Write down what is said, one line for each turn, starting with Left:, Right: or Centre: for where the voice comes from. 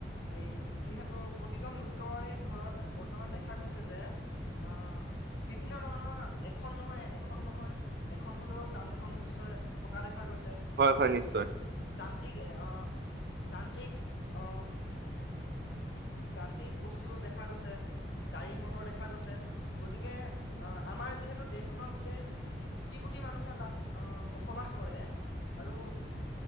Left: এ যিহেতু প্ৰতিজন লোকৰে ঘৰত বৰ্তমান দেখা গৈছে যে, আহ বিভিন্ন ধৰণৰ এখন নহয় এখন নহয় এখন হলেও যান-বাহন নিশ্চয় থকা দেখা গৈছে,
Right: হয় হয় নিশ্চয়
Left: যান্ত্ৰিকে আহ যান্ত্ৰিক অ যান্ত্ৰিক বস্তুু দেখা গৈছে। গাড়ী মটৰ দেখা দেখা গৈছে। গতিকে, আহ আমাৰ যিহেতু দেশখনত গোটেই কোটি-কোটি মানুহে লাখ আহ বসবাস কৰে আৰু